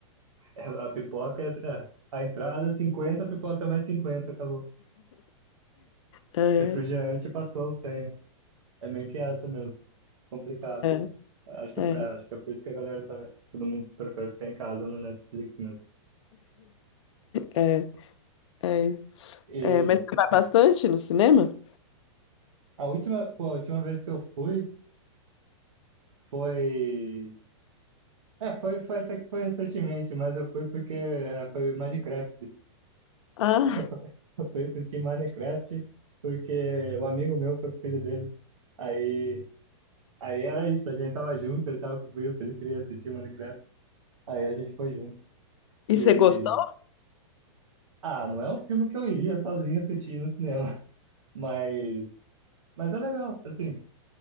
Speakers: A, on the right (about 75°); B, on the left (about 65°).
A: É, A pipoca, é, é, a entrada cinquenta a pipoca mais cinquenta acabou.
B: É,
A: Refrigerante passou o 100, né? É meio que essa mesmo, complicado.
B: é,
A: Acho que
B: é,
A: é, acho que é por isso que a galera tá, todo mundo prefere ficar em casa no Netflix mesmo.
B: é, é.
A: E
B: É, Mas você vai bastante no cinema?
A: a última, pô, a última vez que eu fui foi, é, foi, foi até que foi recentemente, mas eu fui porque é, foi Minecraft.
B: Ah,
A: <laughs> Eu fui assistir Minecraft porque o amigo meu foi com o filho dele. Aí Aí era isso, a gente tava junto, ele tava comigo, ele queria assistir Minecraft. Aí a gente foi junto.
B: e
A: E.
B: você gostou?
A: Ah, não é um filme que eu iria sozinho assistir no cinema, <laughs> mas. Mas é legal, assim.